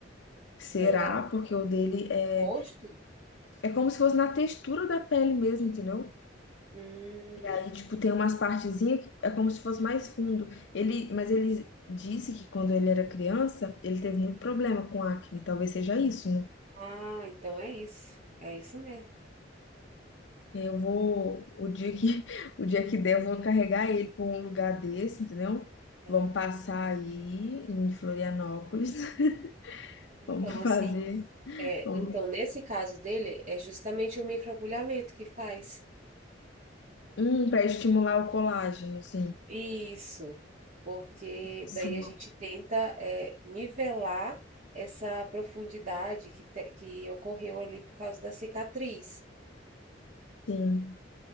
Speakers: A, on the left; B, on the right.
A: será?
B: não é?
A: Porque o dele é.
B: Rosto?
A: É como se fosse na textura da pele mesmo, entendeu?
B: Hum.
A: E aí, tipo, tem umas partezinhas que é como se fosse mais fundo. Ele, mas ele disse que quando ele era criança, ele teve muito problema com acne, talvez seja isso, né?
B: Ah, então é isso. É isso mesmo.
A: Eu vou, o dia que, <laughs> o dia que der, eu vou carregar ele para um lugar desse, entendeu?
B: É.
A: Vamos passar aí em Florianópolis. <laughs>
B: Então,
A: Vamos fazer.
B: assim, é,
A: vamos-
B: então nesse caso dele, é justamente o microagulhamento que faz.
A: Hum, para estimular o colágeno, sim.
B: Isso, porque
A: Sim,
B: daí a gente tenta é, nivelar essa profundidade que, te- que ocorreu ali por causa da cicatriz.
A: sim.